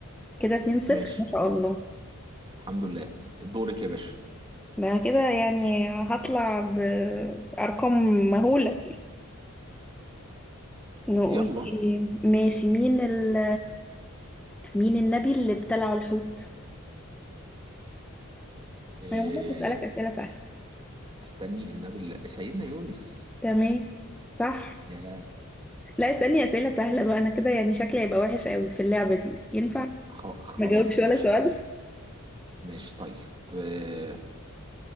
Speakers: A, in the centre; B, on the right (about 20°).
A: كده اتنين صفر
B: ماشي
A: ما شاء الله
B: الحمد لله دورك يا باشا
A: ده كده يعني هطلع بأرقام مهولة نقول
B: يلا
A: ايه ماشي مين ال مين النبي اللي ابتلعه الحوت
B: إيه...
A: انا والله بسألك أسئلة سهلة
B: استني النبي ال- سيدنا يونس
A: تمام صح
B: يا
A: لا اسألني أسئلة سهلة بقى انا كده يعني شكلي هيبقى وحش قوي في اللعبة دي ينفع
B: خ... خلاص
A: ما جاوبش ولا
B: ماشي
A: سؤال
B: ماشي
A: <laughs>
B: ماشي طيب آه،